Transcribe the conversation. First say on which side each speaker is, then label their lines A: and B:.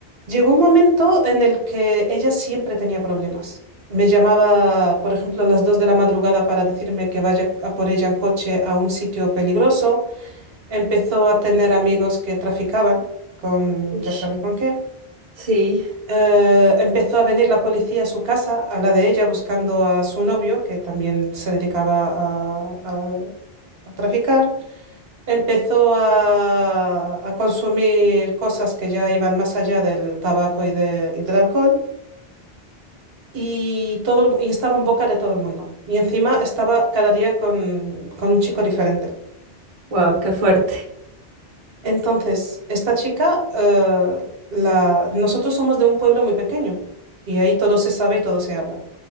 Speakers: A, on the right; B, on the right.
A: Llegó un momento en el que ella siempre tenía problemas. Me llamaba, por ejemplo, a las 2 de la madrugada para decirme que vaya a por ella en coche a un sitio peligroso. Empezó a tener amigos que traficaban con,
B: Uy.
A: ya sabes con qué.
B: Sí.
A: Eh, empezó a venir la policía a su casa, a la de ella, buscando a su novio, que también se dedicaba a, a- a traficar. Empezó a, a consumir cosas que ya iban más allá del tabaco y, de- y del alcohol. Y, todo, el- y estaba en boca de todo el mundo. Y encima estaba cada día con, con un chico diferente.
B: Wow, qué fuerte.
A: Entonces, esta chica, eh, la... nosotros somos de un pueblo muy pequeño y ahí todo se sabe y todo se habla.